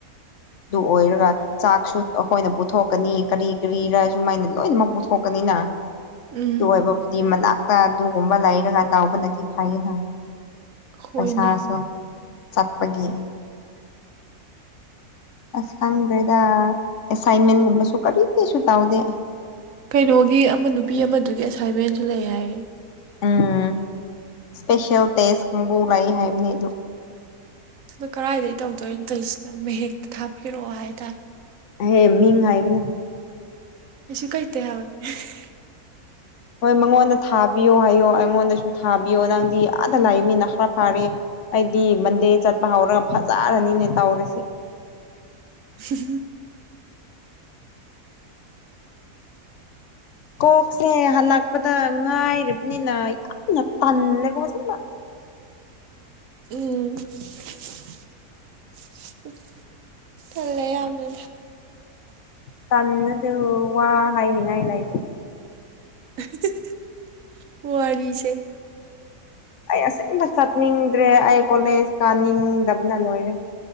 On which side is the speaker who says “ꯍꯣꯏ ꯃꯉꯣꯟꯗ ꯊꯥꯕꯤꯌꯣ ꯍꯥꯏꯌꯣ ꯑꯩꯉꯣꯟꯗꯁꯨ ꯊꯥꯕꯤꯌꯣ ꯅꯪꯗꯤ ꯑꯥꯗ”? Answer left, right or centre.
Left